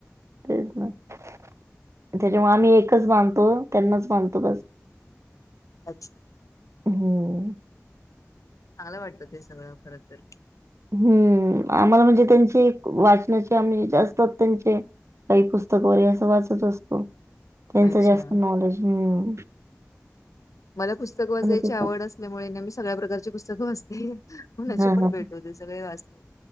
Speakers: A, on the right; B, on the left.
A: ते त्याच्यामु आम्ही एकच बांधतो त्यांनाच बांधतो बस
B: अच्छा
A: होम्
B: चांगलं वाटतं ते सगळं खरं तर
A: हम्म आम्हाला म्हणजे त्यांचे वाचनाचे आम्ही जास्तात त्यांचे काही पुस्तक वगैरे असं वाचत असतो त्यांचं
B: अच्छा
A: जास्त नॉलेज हम्म
B: मला पुस्तक वाजायची
A: तसं
B: आवड अस ल्यामुळे न मी सगळ्या प्रकारची पुस्क वाचते कोणाची
A: हां,
B: पण
A: हां.
B: भेट होते सगळे वाचते